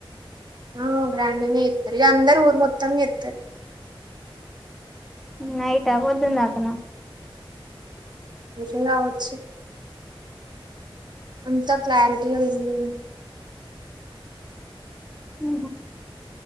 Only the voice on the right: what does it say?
ఆ గ్రాండ్ అనే ఇస్తారు ఇ అందరు ఊరు మొత్తం ఇస్తారు
మీ రావచ్చి అంతా క్లారిటీగా ఏంది